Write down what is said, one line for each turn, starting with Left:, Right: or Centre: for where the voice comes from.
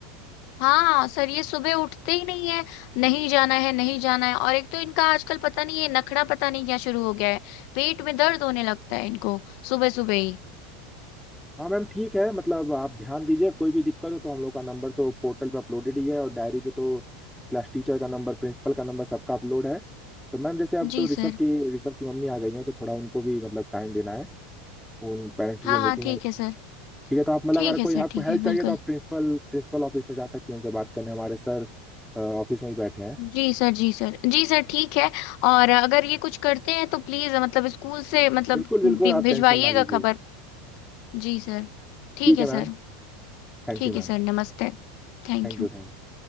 Left: हाँ सर ये सुबह उठते ही नहीं है नहीं जाना है नहीं जाना है और एक तो इनका आजकल पता नहीं ये नखड़ा पता नहीं क्या शुरू हो गया है पेट में दर्द होने लगता है इनको सुबह सुबह ही
Centre: हाँ मैम ठीक है मतलब आप ध्यान दीजिए कोई भी दिक्कत हो तो हम लोग का नंबर तो पोर्टल पे अपलोडेड ही है और डायरी पे तो क्लास टीचर का नंबर प्रिंसिपल का नंबर सबका अपलोड है तो मैम जैसे अब तो
Left: जी
Centre: ऋषभ
Left: सर
Centre: की ऋषभ की मम्मी आ गई हैं तो थोड़ा उनको भी मतलब टाइम देना है उन पेरेंट टीचर
Left: हाँ
Centre: मीटिंग
Left: हाँ ठीक
Centre: है
Left: है सर
Centre: ठीक है तो आप मतलब
Left: ठीक
Centre: अगर
Left: है
Centre: कोई
Left: सर
Centre: आपको
Left: ठीक
Centre: हेल्प
Left: है बिल्कुल
Centre: चाहिए तो आप प्रिंसिपल प्रिंसिपल ऑफिस में जा सकती हैं उनसे बात करने हमारे सर ऑफिस में ही बैठे हैं
Left: जी सर जी सर जी सर ठीक है और अगर ये कुछ करते हैं तो प्लीज मतलब स्कूल से मतलब
Centre: बिल्कुल बिल्कुल
Left: भि-
Centre: आप
Left: भिजवाइएगा
Centre: टेंशन ना लीजिए
Left: खबर जी सर ठीक
Centre: ठीक
Left: है
Centre: है
Left: सर
Centre: ma'am Thank
Left: ठीक
Centre: you ma'am
Left: है सर नमस्ते Thank
Centre: Thank
Left: you
Centre: you thank you